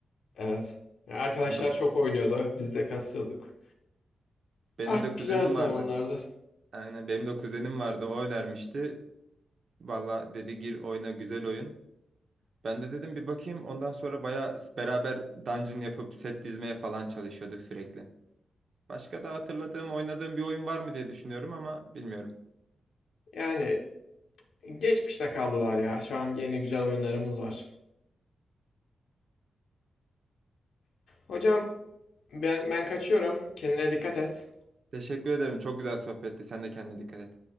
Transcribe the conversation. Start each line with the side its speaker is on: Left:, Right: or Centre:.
Left: Evet. Ya Arkadaşlar
Right: Onda
Left: çok oynuyordu. Biz de kasıyorduk.
Right: benim
Left: Ah
Right: de kuzenim
Left: güzel zamanlardı.
Right: vardı. Aynen benim de kuzenim vardı. O önermişti. Valla dedi gir oyna güzel oyun. Ben de dedim bir bakayım. Ondan sonra baya beraber dungeon yapıp set dizmeye falan çalışıyorduk sürekli. Başka da hatırladığım, oynadığım bir oyun var mı diye düşünüyorum ama bilmiyorum.
Left: Yani geçmişte kaldılar ya. Şu an yeni güzel oyunlarımız var. Hocam ben ben kaçıyorum. Kendine dikkat et.
Right: Teşekkür ederim. Çok güzel sohbetti. Sen de kendine dikkat et.